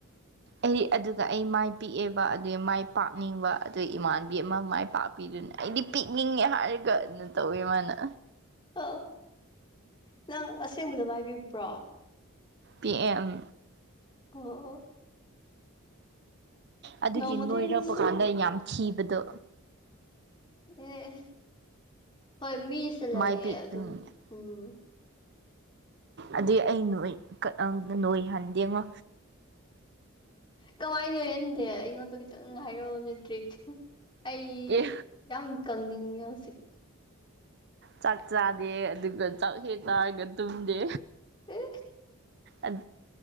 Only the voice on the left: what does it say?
ꯑ ꯅꯪ ꯑꯁꯦꯡꯕꯗ ꯃꯥꯏꯕꯤꯛꯄ꯭ꯔꯣ
ꯑꯣ
ꯅꯣꯡꯃ
ꯊꯦꯡꯅꯁꯦ
ꯑꯦ ꯍꯣꯏ ꯃꯤꯁꯦ ꯂꯩꯌꯦ
ꯑꯗꯨꯝ ꯎꯝ
ꯀꯃꯥꯏꯅꯣꯍꯟꯗꯦ ꯑꯩꯉꯣꯟꯗꯣ ꯈꯤꯇꯪ ꯍꯥꯏꯔꯛꯑꯣ ꯅꯦ ꯇꯔ꯭ꯤꯛ ꯑꯩ
ꯌꯥꯝ ꯀꯪꯅꯤꯡꯉꯦ ꯍꯧꯖꯤꯛ
ꯑꯦ